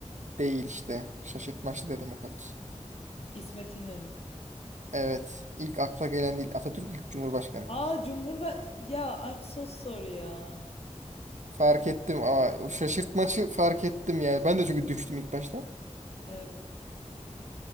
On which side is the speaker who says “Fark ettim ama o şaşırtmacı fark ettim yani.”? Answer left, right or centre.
Right